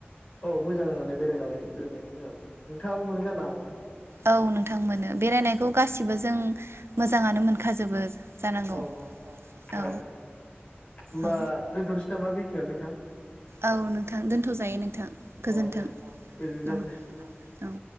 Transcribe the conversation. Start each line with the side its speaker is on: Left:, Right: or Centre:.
Left: औ मोजां मोनो बेरायनानै बेरायनायखौ मोजां मोनो नोंथाङाबो मोनो जानो हागौ ना।
Right: औ नोंथां मोनो बेरायनायखौ गासि खौबो जों मोजाङानो मोनखाजोबो। जानांगौ
Left: औ औ थारैनो
Right: औ
Left: होमबा
Right: औ
Left: दोनथ'नोसै नामा बेखियानो नोंथां
Right: औ नोंथां दोनथ'जायो नोंथां गोजोन्थों
Left: औ दे गोजोननाय थाबाय
Right: औ
Left: दे।
Right: औ